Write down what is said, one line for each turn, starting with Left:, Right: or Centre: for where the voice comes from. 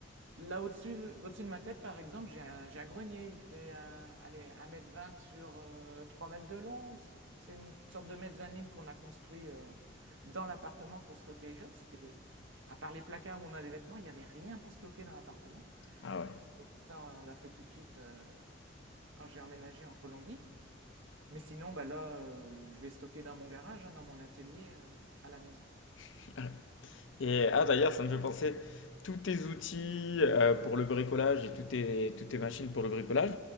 Right: Là au-dessus, au-dessus de ma tête, par exemple, j'ai un, j'ai un grenier. Il fait euh, allez, un mètre vingt sur euh, 3m de long. C'est une sorte de mezzanine qu'on a construit euh, dans l'appartement pour stocker les choses. Ce qui fait, à part les placards où on a les vêtements, il n'y avait rien pour stocker dans l'appartement.
Left: Ah ouais.
Right: Donc ça, on l'a fait tout de suite euh, quand j'ai emménagé en Colombie. Mais sinon, bah là, euh, je vais stocker dans mon garage, hein, dans mon atelier euh, à la maison.
Left: <laughs> Et ah d'ailleurs, ça me fait penser, tous tes outils euh, pour le bricolage et toutes tes, toutes tes machines pour le bricolage,